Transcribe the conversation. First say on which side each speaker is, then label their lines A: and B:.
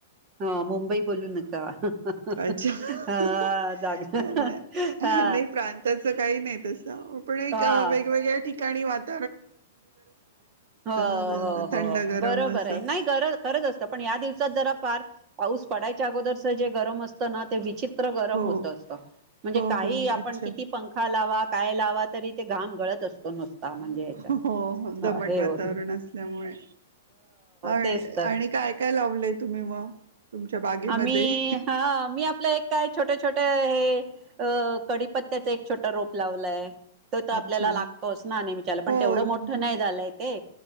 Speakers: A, on the right; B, on the right.
A: हा मुंबई बोलू नको <unintelligible>
B: अच्छा
A: हा जाग हा
B: नाही नाही प्रांताचं काही नाही तस पण एक
A: हा
B: वेगवेगळ्या ठिका आणिणी वा <unintelligible>
A: हो
B: ना
A: हो
B: थंड
A: हो
B: गरम
A: बरोबर
B: असं
A: आहे नाही खरच असतं पण या दिवसात जरा पार पाऊस पडायच्या अगोदरच जे गरम असतं ना ते विचित्र विचित्र गरम
B: हो
A: होत असत म्हणजे
B: हो
A: काहीही
B: हो
A: आपण
B: अच्छा
A: किती पंखा लावा. काय लावा तरी ते घाम गळत असतो नूसता म्हणजे याच्यात
B: हो दमट
A: हे
B: वातावरण
A: हो
B: असल्यामुळे आणि
A: तेच तर
B: आणि काय काय लावलंय तुम्ही मग तुमच्या बागेमध्ये
A: आम्ही हा मी आपलं एक काय छोट्या छोट्या हे अ कडीपत्त्याच एक छोट रोप लावलाय. तो तर आपल्याला
B: अच्छा
A: लागतोच ना विचला पण
B: हो
A: तेवढं
B: हम्म
A: मोठं नाही झालंय ते